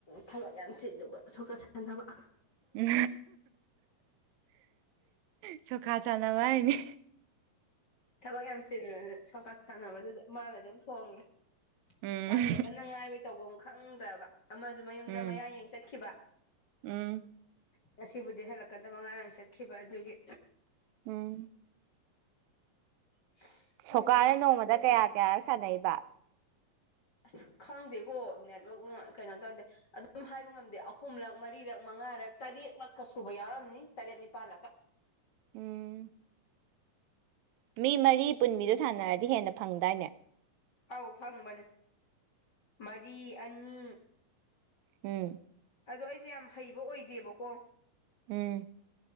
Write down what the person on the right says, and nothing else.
ꯎꯝ ꯁꯣꯀꯥ ꯁꯥꯟꯅꯕ ꯍꯥꯏꯅꯤ
ꯎꯝ
ꯎꯝ
ꯎꯝ
ꯎꯝ
ꯁꯣꯀꯥꯁꯦ ꯅꯣꯡꯃꯗ
ꯀꯌꯥ ꯀꯌꯥꯔꯛ꫰ꯁꯥꯟꯅꯩꯕ
ꯎꯝ ꯃꯤ ꯃꯔꯤ ꯄꯨꯟꯕꯤꯗꯣ ꯁꯥꯟꯅꯔꯗꯤ ꯍꯦꯟꯅ ꯐꯪꯗꯥꯏꯅꯦ
ꯎꯝ
ꯎꯝ